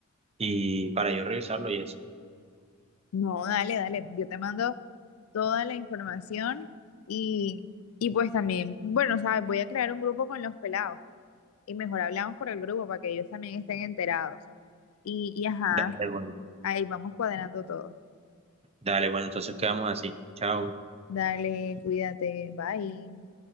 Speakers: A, on the right; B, on the left.
A: y para yo revisarlo y eso?
B: No, dale, dale. Yo te mando toda la información y, y pues también, bueno, sabes, voy a crear un grupo con los pelados y mejor hablamos por el grupo para que ellos también estén enterados. Y, y ajá,
A: Dale, bueno.
B: ahí vamos cuadrando todo.
A: Dale, bueno, entonces quedamos así. Chao.
B: Dale, cuídate, bye.